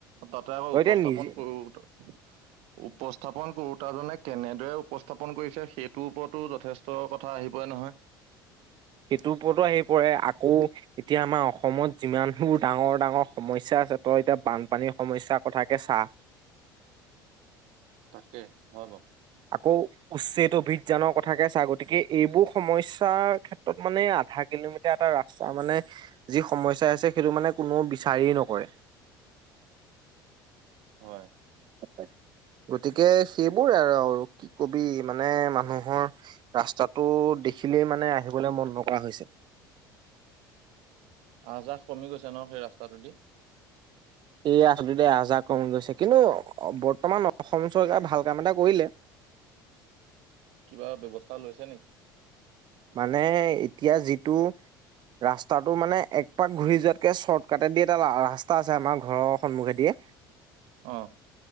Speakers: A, on the right (about 60°); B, on the right (about 40°).
A: তাতে আকৌ
B: তই এতিয়া
A: উপস্থাপন
B: নিজে
A: কৰোত
B: <inaudible>
A: উপস্থাপন কৰোতাজনে কেনেদৰে উপস্থাপন কৰিছে সেইটোৰ ওপৰতো যথেষ্ট ট কথা আহি পৰে নহয়।
B: সেইটোৰ ওপৰতো আহি পৰে, আকৌ এতিয়া আমাৰ অসমত যিমানবোৰ ডাঙৰ ডাঙৰ সমস্যা আছে তই এতিয়া বানপানীৰ সমস্যাৰ কথাকে চা
A: তাকে হয় বাও।
B: আকৌ উচ্ছেদ অভিযানৰ কথাকে চা গতিকে এইবোৰ সমস্যাৰ ক্ষেত্ৰত মানে আধা কিলোমিটাৰ এটা ৰাস্তা মানে যি সমস্যা আছে সেইটো মানে কোনেও বিচাৰি এ নকৰে।
A: হয়।
B: আৰু গতিকে সেইবোৰ আৰু কি কবি মানে মানুহৰ ৰাস্তাটো দেখিলেই মানে আহিবলে মন নকৰা হৈছে।
A: আহ যাহ কমি গৈছে ন সেই ৰাস্তাটোদি?
B: সেয়া আচুতিতে আহ যাহ কমি গৈছে কিন্তু বৰ্তমান অসম চৰকাৰে ভাল কাম এটা কৰিলে।
A: কিবা ব্যৱস্থা লৈছে নেক
B: মানে এতিয়া যিটো ৰাস্তাটো মানে এক পাক ঘূৰি যোৱাতকে চৰ্টকাটে দি এটা ৰাস্ত তা আছে আমাৰ ঘৰৰ সন্মুখেদিয়ে।
A: অ।